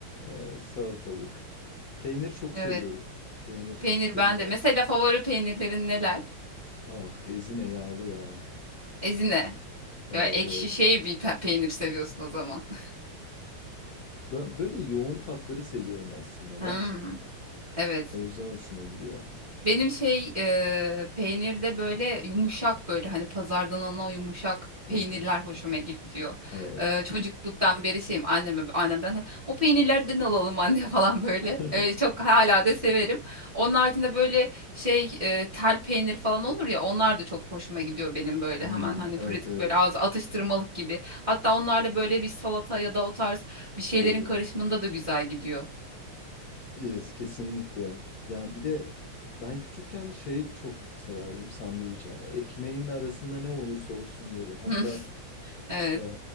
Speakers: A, on the left; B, on the right.
A: e, salatalık. Peynir çok
B: Evet.
A: seviyorum. Peynir
B: Peynir
A: isterim
B: bende.
A: yani.
B: Mesela favori peynirlerin neler?
A: Ah ezine yağlı ya.
B: Ezine.
A: Evet
B: Ya ekşi
A: evet.
B: şey bir pe- peynir seviyorsun o zaman. <laughs>
A: Bö- Böyle yoğun tatları seviyorum aslında
B: Hmm,
A: ben.
B: evet.
A: O yüzden hoşuma gidiyor.
B: Benim şey e, peynirde böyle yumuşak böyle hani pazardan alınan o yumuşak
A: <laughs>
B: peynirler hoşuma gidiyor.
A: Evet.
B: E, çocukluktan beri şeyim anneme annemden hep o peynirlerden alalım anne <laughs> falan böyle.
A: <laughs>
B: E, çok hala da severim. Onun haricinde böyle şey e, tel peynir falan olur ya onlar da çok hoşuma gidiyor benim böyle
A: Hmm,
B: hemen hani
A: evet
B: pratik
A: evet.
B: böyle ağız atıştırmalık gibi. Hatta onlarla böyle bir salata ya da o tarz bir şeylerin
A: Oh,
B: karışımında da güzel gidiyor.
A: yes kesinlikle. Ya bir de ben küçükken şey çok severdim sandviç abi. Ekmeğin arasında ne olursa olsun yerim. Hatta
B: <laughs> Evet.
A: e,